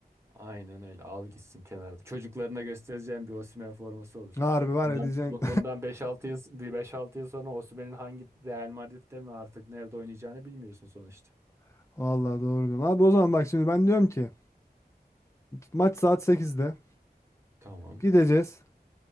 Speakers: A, on the right; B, on the left.
A: Aynen öyle. Al gitsin kenarda. Çocuklarına göstereceğim bir Osimhen forması olur.
B: Harbi var
A: Bundan
B: ya diyeceksin.
A: bu- bundan beş altı yıl bir beş altı yıl sonra Osimhen'in hangi Real Madrid'de mi artık nerede oynayacağını bilmiyorsun sonuçta.
B: <laughs> Valla doğru diyorsun. Abi o zaman bak şimdi ben diyorum ki maç saat sekizde
A: Tamam.
B: gideceğiz.